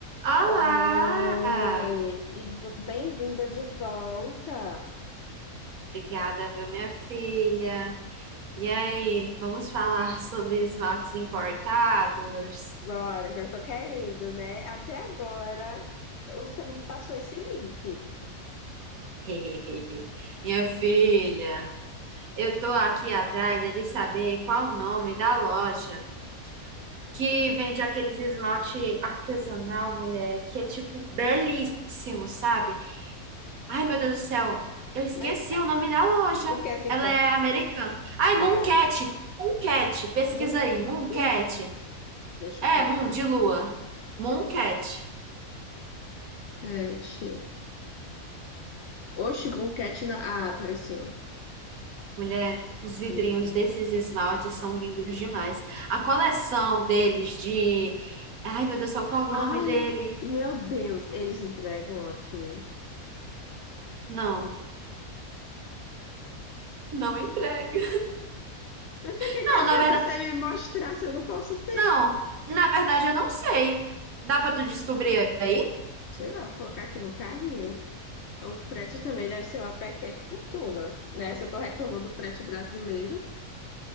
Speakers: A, on the right; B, on the left.
A: Olá!
B: Oi, e bem-vinda de volta.
A: Obrigada, viu, minha filha? E aí, vamos falar sobre esmaltes importados?
B: Agora, que eu tô querendo, né? Até agora você não passou esse link.
A: <laughs> Minha filha, eu tô aqui atrás é de saber qual o nome da loja que vende aqueles esmalte artesanal, mulher, que é tipo belíssimo, sabe? Ai, meu Deus do céu, eu esqueci
B: Mas ah,
A: o nome da loja.
B: o que é importa?
A: Ela é americana. Ai,
B: Ah,
A: Mooncat! Mooncat, pesquisa
B: Moon,
A: aí, Mooncat.
B: Moon, deixa
A: É,
B: eu colocar
A: Moon, de
B: aqui.
A: lua. Mooncat.
B: Mooncat. Oxe, Mooncat na. Ah, apareceu.
A: Mulher, os vidrinhos
B: Uhum.
A: desses esmaltes são lindos demais. A coleção deles de... Ai, meu Deus do céu, qual é o nome
B: Ai,
A: dele?
B: meu Deus, eles entregam aqui.
A: Não, não entrega.
B: Eu fiquei
A: Não,
B: que adianta
A: na verdade...
B: você me mostrar se eu não posso ter?
A: Não, na verdade eu não sei. Dá pra tu descobrir aí?
B: Sei lá, vou colocar aqui no carrinho. O frete também deve ser uma pequena fortuna, né? Se eu tô reclamando do frete brasileiro,